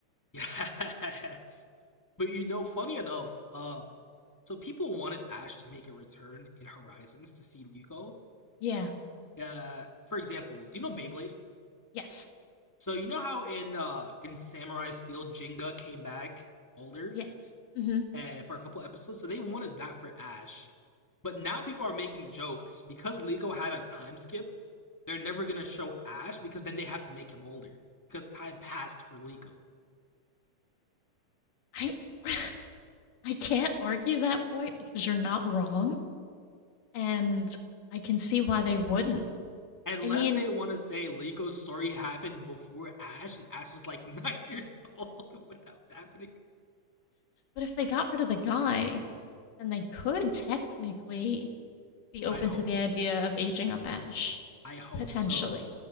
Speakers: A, on the left (about 15°); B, on the left (about 85°).
A: <laughs> Yes. But you know, funny enough, uh, so people wanted Ash to make a return in Horizons to see Liko.
B: Yeah.
A: Uh, for example, do you know Beyblade?
B: Yes.
A: So you know how in uh in Samurai Steel Jinga came back older?
B: Yes. hmm
A: uh, for a couple episodes, so they wanted that for Ash. But now people are making jokes because Liko had a time skip. They're never gonna show Ash because then they have to make him older because time passed for Liko.
B: I <laughs> I can't argue that point because you're not wrong. And I can see why they wouldn't.
A: Unless
B: I mean,
A: they want to say Liko's story happened before Ash and Ash was like <laughs> nine years old when that was happening.
B: but if they got rid of the guy, then they could technically be open
A: I hope.
B: to the idea of aging up Ash,
A: I hope
B: potentially.
A: so.